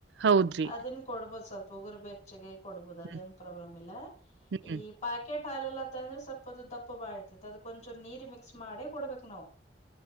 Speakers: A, on the right; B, on the left.
A: ಹೌದ್ರಿ
B: ಅದನ್ ಕೊಡ್ಬೋಹದು ಸ್ವಲ್ಪ ಪಗರು ಬೆಚ್ಚಗೆ ಕೊಡಬಹುದು ಅದೇನ್
A: ಹ್ಮ್
B: ಪ್ರಾಬ್ಲಮ್ ಇಲ್ಲ
A: ಹ್ಮ್
B: ಈ ಪಾಕೆಟ್ ಹಾಲೆಲ್ಲ ತಂದ್ರ ಸ್ವಲ್ಪದು ದಪ್ಪ ಬಾಳ ಇರ್ತತೆ ಅದಕ ಕೊಂಚ ನೀರಿ ಮಿಕ್ಸ್ ಮಾಡಿ ಕೊಡ್ಬೇಕು ನಾವು